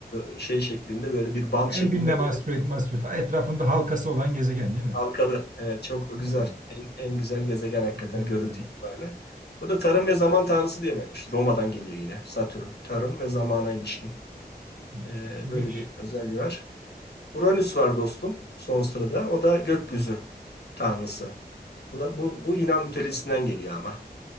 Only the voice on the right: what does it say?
Ben
bilmem asteroid, asteroid. Etrafında halkası olan gezegen değil mi?
Tamam.
Güzel
gezegen.
Hı,
İyiymiş.